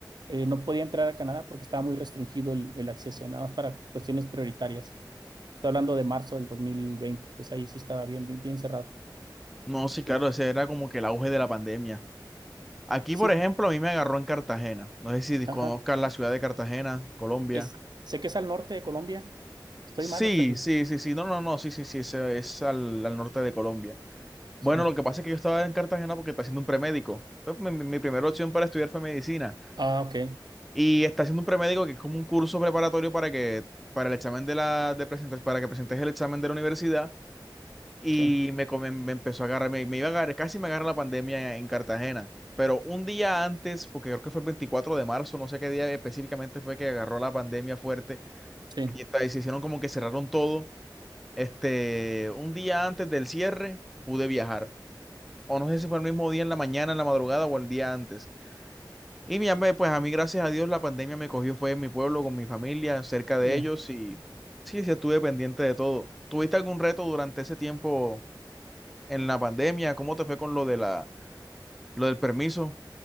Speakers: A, on the right; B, in the centre.
A: eh, no podía entrar a Canadá porque estaba muy restringido el, el acceso, nada más para cuestiones prioritarias. Estoy hablando de marzo del 2020. pues ahí sí estaba bien, bien, bien cerrado.
B: No,
A: Este,
B: sí, claro, ese era como que el auge de la pandemia. Aquí,
A: sí,
B: por ejemplo, a mí me agarró en Cartagena. No sé si
A: ajá.
B: conozcas la ciudad de Cartagena, Colombia.
A: Es, sé que es al norte de Colombia. Estoy
B: Sí,
A: mal o está bien.
B: sí, sí, sí. No, no, no, sí, sí, sí, ese es al al norte de Colombia. Bueno,
A: Sí.
B: lo que pasa es que yo estaba en Cartagena porque está haciendo un premédico. Pues, mi, mi- mi primera opción para estudiar fue medicina.
A: Ah, ok.
B: Y está haciendo un premédico que es como un curso preparatorio para que, para el examen de la, de presentes, para que presentes el examen de la universidad. Y
A: Sí,
B: me, come- me empezó a agarrar, me, me iba a agarrar, casi me agarra la pandemia en Cartagena. Pero un día antes, porque creo que fue el 24 de marzo, no sé qué día específicamente fue que agarró la pandemia fuerte
A: sí.
B: y, esta- y se hicieron como que cerraron todo. Este, un día antes del cierre pude viajar. o no sé si fue el mismo día en la mañana, en la madrugada o el día antes. Y mi hambre, pues a mí, gracias a Dios, la pandemia me cogió, fue en mi pueblo, con mi familia, cerca de
A: Ya.
B: ellos y sí, sí, estuve pendiente de todo. ¿Tuviste algún reto durante ese tiempo en la pandemia? ¿Cómo te fue con lo de la, lo del permiso?